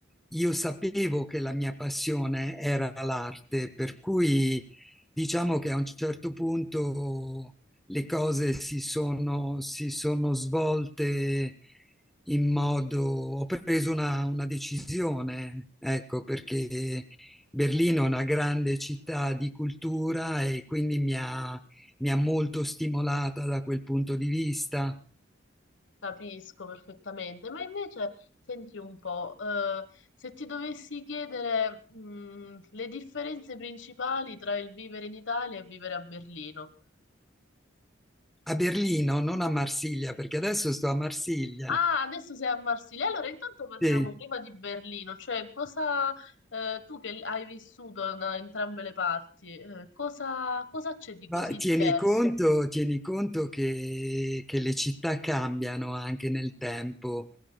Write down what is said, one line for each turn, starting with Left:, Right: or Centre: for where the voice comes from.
Centre: io sapevo che la mia passione era l'arte, per cui Diciamo che a un certo punto le cose si sono, si sono svolte in modo... Ho preso una, una decisione, ecco, perché Berlino è una grande città di cultura e quindi mi ha, mi ha molto stimolata da quel punto di vista.
Left: capisco perfettamente. Ma invece, senti un po', eh, se ti dovessi chiedere, mh, le differenze principali tra il vivere in Italia e vivere a Berlino.
Centre: A Berlino, non a Marsiglia, perché adesso sto a Marsiglia.
Left: Ah, adesso sei a Marsiglia. Allora, intanto parliamo
Centre: Sì.
Left: prima di Berlino, cioè cosa, eh, tu che hai vissuto da entrambe le parti, eh, cosa cosa c'è di così
Centre: Ma tieni
Left: diverso?
Centre: conto, tieni conto che, che le città cambiano anche nel tempo,